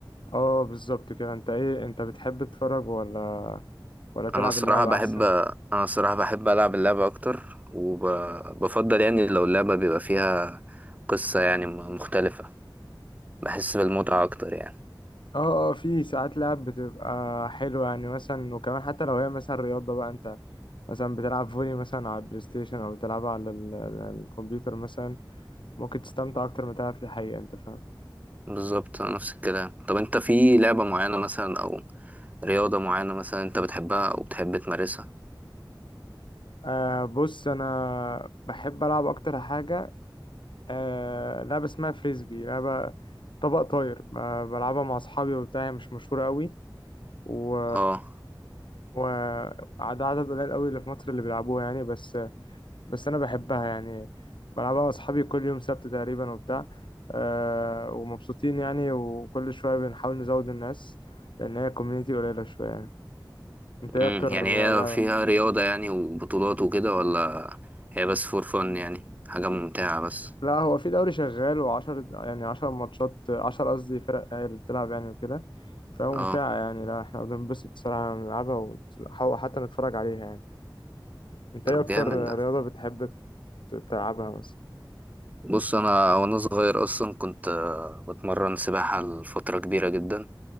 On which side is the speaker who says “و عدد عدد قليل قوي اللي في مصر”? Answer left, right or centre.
Left